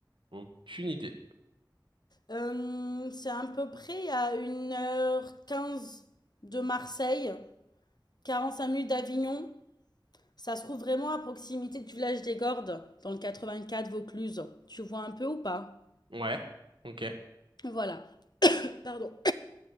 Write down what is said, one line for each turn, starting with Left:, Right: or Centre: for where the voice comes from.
Right: Aucune idée.
Left: Euh, c'est à peu près à une heure quinze de Marseille, 45 minutes d'Avignon. Ça se trouve vraiment à proximité du village des Gordes, dans le 84 Vaucluse. Tu vois un peu ou pas?
Right: Ouais, ok,
Left: Voilà. Pardon.